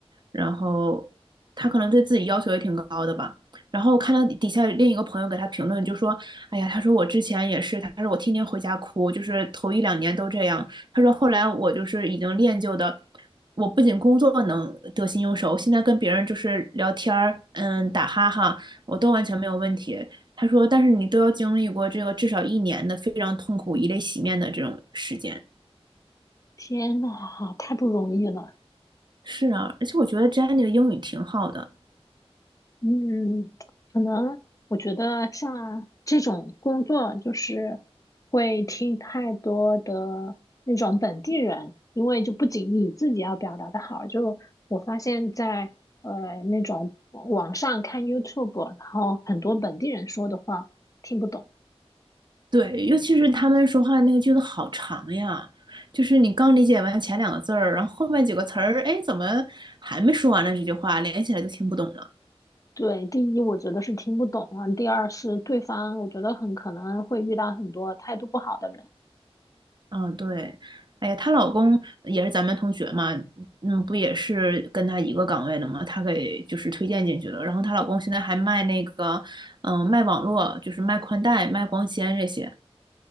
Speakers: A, on the right; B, on the left.
A: 然后他可能对自己要求也挺高的吧。然后看到底下另一个朋友给他评论，就说：“哎呀，他说我之前也是，他说我天天回家哭，就是头一两年都这样。他说后来我就是已经练就的，我不仅工作能得心应手，现在跟别人就是聊天儿，嗯，打哈哈，我都完全没有问题。他说，但是你都要经历过这个至少一年的非常痛苦、以泪洗面的这种时间。
B: 天呐，太不容易了。
A: 是啊，而且我觉得 Jenny 的英语挺好的，
B: 嗯，可能我觉得像这种工作，就是会听太多的那种本地人，因为就不仅你自己要表达的好，就我发现在呃那种网上看 YouTube，然后很多本地人说的话听不懂。
A: 对，尤其是他们说话那个句子好长呀，就是你刚理解完前两个字儿，然后后面几个词儿，哎，怎么还没说完呢？这句话连起来就听不懂了。
B: 对，第一我觉得是听不懂啊，第二是对方我觉得很可能会遇到很多态度不好的人，
A: 哦，对，哎呀，她老公也是咱们同学嘛，嗯，不也是跟她一个岗位的嘛，她给就是推荐进去了。然后她老公现在还卖那个，嗯、卖网络，就是卖宽带、卖光纤这些。